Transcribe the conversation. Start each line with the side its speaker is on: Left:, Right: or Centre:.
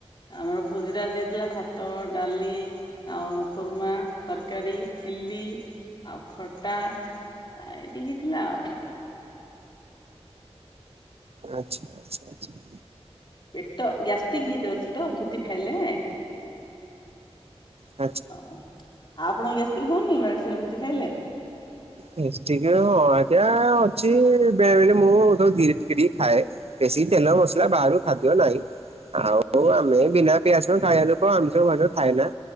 Left: ଆମର ଭୋଜିରେ ଆଜି ହେଇଥିଲା ଭାତ, ଡାଲି। ଆଉ ଖୁରୁମା, ତରକାରୀ, ଚିଲି। ଆଉ ଖଟା ଏତିକି ହେଇ ଥିଲା ଆଉ।
Right: ଆଛା-ଆଛା-ଆଛା।
Left: ପେଟ ଗ୍ୟାଷ୍ଟିକ ହେଇଯାଉଚି ତ ଭୁଜି ଖାଇଲେ।
Right: ଆଛା।
Left: ଆଉ ଆପଣ ଗ୍ୟାଷ୍ଟିକ୍ ହଉନି ମେଡିସିନ ଭୁଜି ଖାଇଲେ?
Right: ଗ୍ୟାସଟିକ ହଁ ଆଜ୍ଞା ଅଛି ବେଳେ ବେଳେ ମୁଁ ତ ଧୀରେ ଟିକେ ଟିକେ ଖାଏ। ବେଶୀ ତେଲ ମସଲା ବାହାରୁ ଖାଦ୍ୟ ନାହିଁ। ଆଉ ଆମେ ଏ ବିନା ପିଆସ ଖାଇବା ଲୋକ ଆମିଷ ପତ୍ର ଖାଏ ନା।